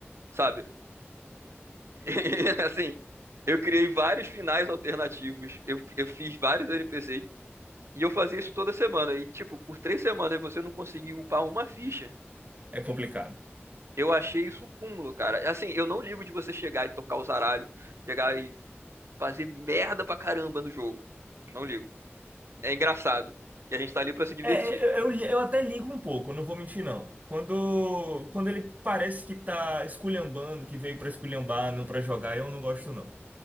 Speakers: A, on the right; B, on the right.
A: sabe? <laughs> Assim, eu criei vários finais alternativos, eu, eu fiz vários NPCs, e eu fazia isso toda semana. E, tipo, por três semanas você não conseguiu upar uma ficha.
B: É complicado.
A: Eu achei isso cúmulo, cara. Assim, eu não ligo de você chegar e tocar o zaralho, chegar e fazer merda pra caramba no jogo. Não ligo. É engraçado. E a gente tá ali pra se divertir.
B: É, eu, eu, eu até ligo um pouco, não vou mentir, não. Quando, quando ele parece que tá esculhambando, que veio pra esculhambar, não pra jogar, eu não gosto, não.